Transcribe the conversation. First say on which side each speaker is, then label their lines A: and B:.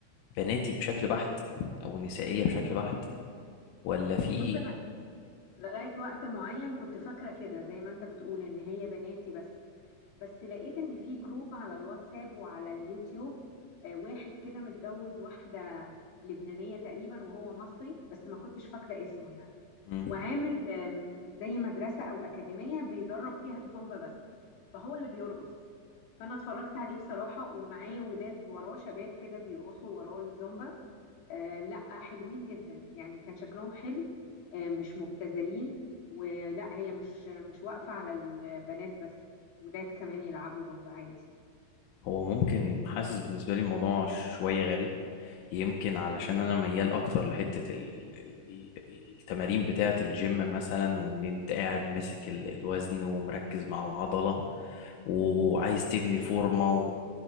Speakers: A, on the left (about 80°); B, on the left (about 65°).
A: بناتي بشكل بحت او نسائية بشكل بحت ولا في
B: بص لغاية وقت معين كنت فاكرة كده زي ما انت بتقول ان هي بناتي بس بس لقيت ان في جروب على الواتساب وعلى اليوتيوب آه، واحد كده متجوز واحدة لبنانية تقريبا وهو مصري بس ما كنتش فاكرة اسمه يعني
A: مم.
B: وعامل آم، زي مدرسة او أكاديمية بيدرب فيها الزومبا بس فهو اللي بيرقص فانا اتفرجت عليه بصراحة ومعاه ولاد وراه شباب كده بيرقصوا وراه الزومبا آه لا حلوين جدا يعني كان شكلهم حلو آه مش مبتذلين ولا هي مش مش واقفة على البنات بس ولاد كمان يلعبوا زومبا عادي
A: هو ممكن حاسس بالنسبة لي الموضوع شوية غريب يمكن علشان انا ميال اكتر لحته ال- ال- ال- ال- التمارين بتاعه الجيم مثلا وان انت قاعد ماسك ال- الوزن ومركز مع العضله وعايز تبني فورمه و...